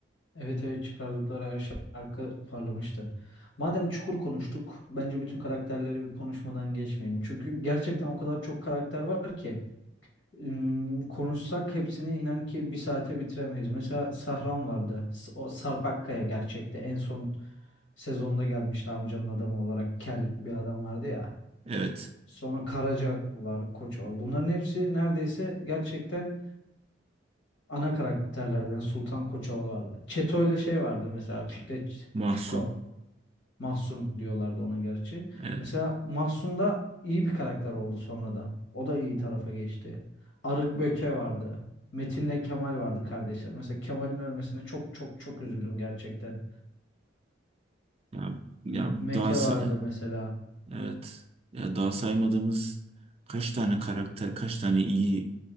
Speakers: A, on the left (about 70°); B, on the right (about 30°).
A: Evet evet çıkardıkları her şarkı parlamıştı. Madem Çukur konuştuk, bence bütün karakterleri bir konuşmadan geçmeyelim. Çünkü gerçekten o kadar çok karakter var ki. Im, konuşsak hepsini inan ki bir saate bitiremeyiz. Mesela Sahran vardı. S- O Sarp Akkaya gerçekte en son sezonda gelmişti amcanın adamı olarak. Kel bir adam vardı ya.
B: Evet.
A: Sonra Karaca var, Koçovalı. Bunların hepsi neredeyse gerçekten ana karakterlerden. Sultan Koçovalı vardı. Çeto'yla şey vardı mesela Fikret
B: Mahsun.
A: Fiko. Mahsun diyorlardı ona gerçi.
B: Evet.
A: Mesela Mahsun da iyi bir karakter oldu sonradan. O da iyi tarafa geçti. Arık Böke vardı. Metin'le Kemal vardı kardeşler. Mesela Kemal'in ölmesine çok çok çok üzüldüm gerçekten.
B: Ya, ya
A: Me- Meke
B: daha sa-
A: vardı mesela.
B: evet. Ya daha saymadığımız kaç tane karakter, kaç tane iyi